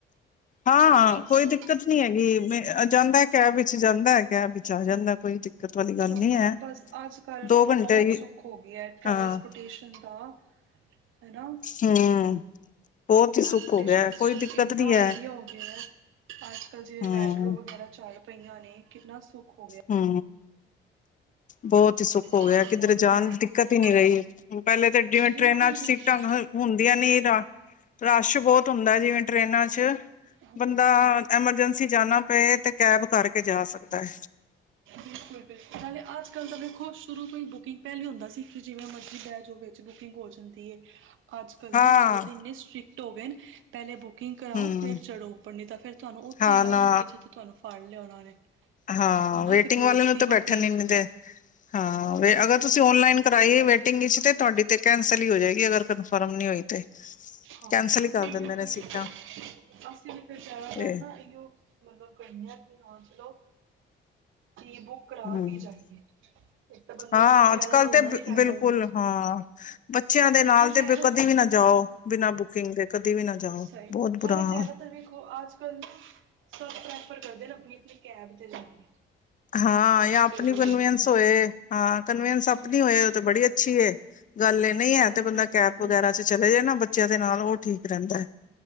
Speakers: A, on the left (about 40°); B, on the right (about 80°).
A: ਹਾਂ
B: ਹੋਰ ਦੱਸੋ
A: ਕੋਈ ਦਿੱਕਤ ਨੀ ਹੈਗੀ ਜਾਂਦਾ ਕੈਬ। ਵਿੱਚ ਜਾਂਦਾ ਹੈ ।ਕ ਵਿੱਚ ਆ ਜਾਂਦਾ ਕੋਈ। ਦਿੱਕਤ ਵਾਲੀ ਗੱਲ
B: ਚ
A: ਨਹੀਂ ਹੈ
B: ਬਸ ਅੱਜ ਕੱਲ
A: ਦੋ
B: ਬਹੁਤ
A: ਘੰਟੇ ਹੀ
B: ਸੁੱਖ ਹੋ ਗਿਆ ਹੈ ਟਰਾਂਸਪੋਰਟੇਸ਼ਨ
A: ਹਾਂ
B: ਦਾ ਹਨਾ।
A: ਹਮ ਬਹੁਤ ਹੀ
B: ਸਿਸਟਮ
A: ਸੁੱਖ ਹੋ ਗਿਆ ਕੋਈ ਦਿੱਕਤ
B: ਇੰਨਾ
A: ਨੀ ਹੈ
B: ਵਧੀਆ ਹੋ ਗਿਆ। ਅੱਜ ਕੱਲ ਜਿਵੇਂ
A: ਹਮ
B: ਮੈਟਰੋ ਵਗੈਰਾ ਚਾਲ ਪਈਆਂ ਨੇ ਕਿੰਨਾ ਸੁੱਖ ਹੋ ਗਿਆ
A: ਹੂ ਬਹੁਤ ਹੀ ਸੁੱਖ ਹੋ
B: ਤੇ
A: ਗਿਆ ਕਿੱਧਰ
B: ਹੁਣ
A: ਜਾਣ
B: ਮੈਂ
A: ਦੀ ਦਿੱਕਤ ਹੀ ਨਹੀਂ
B: ਹਾਂ
A: ਰਹੀ। ਪਹਿਲੇ ਤਾਂ ਜਿਵੇਂ ਟਰੇਨਾਂ
B: ਬਿਲਕੁਲ
A: ਚ
B: ਵੀ
A: ਸੀਟਾਂ
B: ਨਹੀਂ
A: ਹੁੰਦੀਆਂ ਨੀ। ਦਾ ਰਸ਼ ਬਹੁਤ ਹੁੰਦਾ ਜਿਵੇਂ ਟ੍ਰੇਨਾਂ 'ਚ।
B: ਹਾਂ
A: ਬੰਦਾ ਐਮਰਜੈਂਸੀ ਜਾਣਾ ਪਏ ਤੇ ਕੈਬ ਕਰਕੇ ਜਾ ਸਕਦਾ ਏ
B: ਬਿਲਕੁਲ ਬਿਲਕੁਲ ਨਾਲੇ ਅੱਜ ਕੱਲ੍ਹ ਤਾਂ ਦੇੇਖੋ ਸ਼ੁਰੂ ਤੋਂ ਈ ਬੁਕਿੰਗ ਪਹਿਲੀ ਹੁੰਦਾ ਸੀ ਜਿਵੇਂ ਮਰਜ਼ੀ ਬੈ ਜੋ ਵਿੱਚ ਬੁਕਿੰਗ ਹੋ ਜਾਂਦੀ ਏ ਅੱਜ ਕੱਲ
A: ਹਾਂ
B: ਨੀ ਅੱਜ ਕੱਲ ਤਾਂ ਇੰਨੇ ਸਟ੍ਰਿਕਟ- ਤੋ ਗਏ ਨੇ ਪਹਿਲੇ ਬੁੱਕ- ਬੁਕਿੰਗ ਕਰਓ
A: ਹਮ
B: ਫਿਰ ਚੜ੍ਹੋ ਉਪਰ ।ਨਹੀ ਤਾਂ ਫਿਰ ਤੁਹਾਨੂੰ ਉੱਥੇ
A: ਹਾਂ
B: ਹੀ ਲਾਹ
A: ਨਾ
B: ਦੇਣਗੇ, ਜਿੱਥੇ ਤੁਹਾਨੂੰ- ਫੜ੍ਹ ਲਿਆ ਉਨਾਂ ਨੇ-
A: ਹਾਂ
B: ਹੈ ਨਾ
A: ਵੇ ਵੇਟਿੰਗ
B: ਫਿਰ ਬੇਇੱਜ਼ਤੀ
A: ਵਾਲੇ ਨੂੰ ਤਾਂ
B: ਵੱਖਰੀ
A: ਬੈਠਣ ਨੀ ਦਿੰਦੇ। ਹਾਂ
B: ਬਿਲਕੁਲ
A: ਅਗਰ, ਤੁਸੀਂ
B: ਬਿਲਕੁਲ
A: ਔਨਲਾਈਨ
B: ਫਿਰ
A: ਕਰਾਈ ਵੇਟਿੰਗ ਵਿਚ ਤੇ ਤੁਹਾਡੀ ਤੇ ਕੈਂਸਲ ਹੀ ਹੋ ਜਾਏਗੀ। ਅਗਰ ਕੰਨਫਰਮ ਨਈ ਹੋਈ ਤੇ-
B: ਹਾਂ
A: ਕੈਂਸਲ
B: ਬਿਲਕੁਲ
A: ਹੀ ਕਰ
B: ਬਿਲਕੁਲਿਅਸੀਂ
A: ਦਿੰਦੇ ਨੇ ਸੀਟਾਂ
B: ਤੇ ਫਿਰ ਪਿਆਦਾ
A: ਤੇ
B: ਕਰਨਾ ਇਓ ਮਤਲਬ ਕਰਨਦੇ ਆ ਕਿ ਹਾਂ ਚਲੋ ਕੀ ਬੁੱਕ ਕਰਾ
A: ਹੂੰ-
B: ਕੇ ਜਾਈਏ ਇੱਕ ਤਾਂ ਬੰਦੇ
A: ਹਾਂ
B: ਨੂੰ ਕੋਈ ਜ਼ਿਆਦਾ
A: ਅੱਜ ਕੱਲ
B: ਰੋਲਣਾ
A: ਤੇ
B: ਨਹੀਂ ਪੈਂਦਾ
A: ਬਿਲਕੁਲ
B: ਉਹਦੇ ਵਿੱਚ
A: ਹਾਂ ਬੱਚਿਆਂ ਦੇ- ਨਾਲ
B: ਕਿ ਜ਼ਿਆਦਾ
A: ਤੇ ਬਿਰ ਕਦੀ ਵੀ ਨਾ ਜਾਓ ਨਾ ਬੁਕਿੰਗ ਦੇ ਕਦੇ ਵੀ ਨਾ ਜਾਓ
B: ਸਹੀ
A: ਬਹੁਤ
B: ਨਾਲੇ
A: ਬੁਰਾ ਹਾਲ
B: ਜ਼ਿਆਦਾਤਰ ਵੇਖੋ ਅਜ ਕੱਲ ਨਾ ਸਭ ਪ੍ਰੈਫਰ ਕਰਦੇ ਨੇ ਆਪਣੀ ਆਪਣੀ ਕੈਬ ਤੇ ਜਾਈਏ
A: ਹਾਂ,
B: ਕੰਫਰਟੇਬਲ
A: ਜਾਂ ਆਪਣੀ ਕਨਵੈਂਸ
B: ਹੋ ਕੇ
A: ਹੋਏ ਹਾਂ ਕਨਵੈਨਸ ਆਪਣੀ
B: ਬਿਲਕੁਲ
A: ਹੋਏ
B: ਬਿਲਕੁਲ
A: ਉਹ ਤੇ ਬੜੀ ਅੱਛੀ ਏ। ਗੱਲ ਇਹ ਨਹੀਂ ਹੈ
B: ਬਿਲਕੁਲ
A: ਤੇ ਬੰਦਾ
B: ਬਿਲਕੁਲ
A: ਕੈਬ ਵਗੈਰਾ 'ਚ ਚਲੇ ਜਾਏ ਨਾ ਬੱਚਿਆਂ ਦੇ ਨਾਲ ਉਹ ਠੀਕ ਰਹਿੰਦਾ ਏ